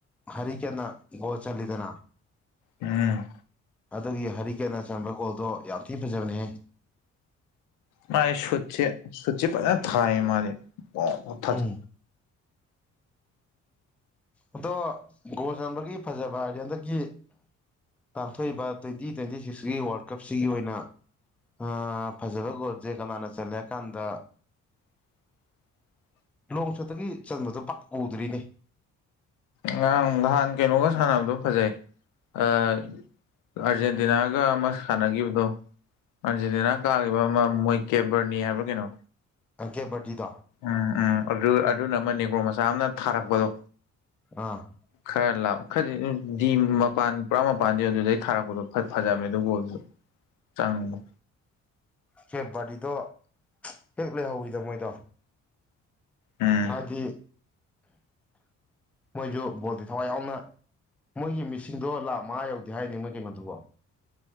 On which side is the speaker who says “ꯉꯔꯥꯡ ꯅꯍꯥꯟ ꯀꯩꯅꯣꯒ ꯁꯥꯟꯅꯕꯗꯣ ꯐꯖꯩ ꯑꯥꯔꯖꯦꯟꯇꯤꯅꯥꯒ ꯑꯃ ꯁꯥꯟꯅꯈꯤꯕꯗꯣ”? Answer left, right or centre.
Left